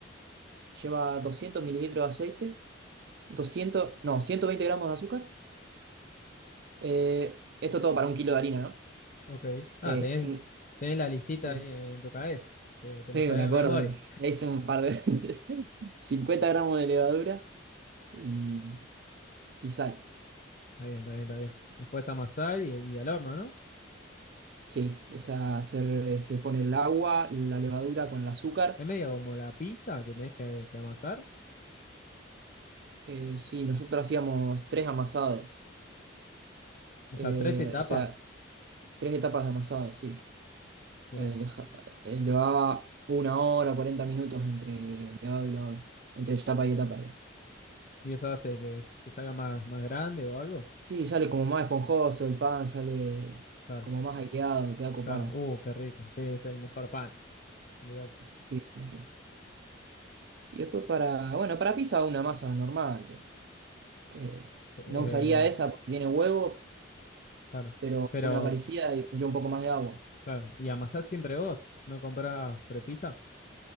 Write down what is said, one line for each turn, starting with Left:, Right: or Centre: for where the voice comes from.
Right: lleva 200 mililitros de aceite, 200 no, 120 gramos de azúcar. eh, esto todo para un kilo de harina, ¿no?
Left: Ok.
Right: Eh,
Left: Ah, tenés,
Right: cin-
Left: tenés la listita
Right: Sí,
Left: ahí en tu cabeza. Te, te lo
Right: sí,
Left: sabés
Right: me lo acuerdo.
Left: de memoria.
Right: Le le hice un par de <laughs> veces. 50 gramos de levadura y, y sal.
Left: Está bien, está bien, está bien. Después amasar y, y al horno, ¿no?
Right: Sí, esa se, se pone el agua, la levadura con el azúcar.
Left: Es medio como la pizza que tenés que, que amasar.
Right: Eh, sí, nosotros hacíamos tres amasados.
Left: O
Right: Eh,
Left: sea, tres etapas.
Right: o sea, tres etapas de amasado, sí.
Left: Mira.
Right: Eh, deja- eh, llevaba una hora, 40 minutos entre levado y lavado. Entre etapa y etapa, digo.
Left: Y eso hace que, que salga más, más grande o algo.
Right: Sí, sale como más esponjoso el pan, sale
Left: Claro.
Right: como más aireado, queda copado.
Left: Claro, uh, qué rico. Sí, es el mejor pan. Olvídate.
Right: Sí, sí, sí. Y después para, bueno, para pizza una masa normal, digo. Eh,
Left: So-
Right: no
Left: eh,
Right: usaría esa porque tiene huevo,
Left: claro.
Right: pero
Left: Pero,
Right: una parecida y pondría un poco más de agua.
Left: claro, y amasás siempre vos, ¿no comprás prepisa?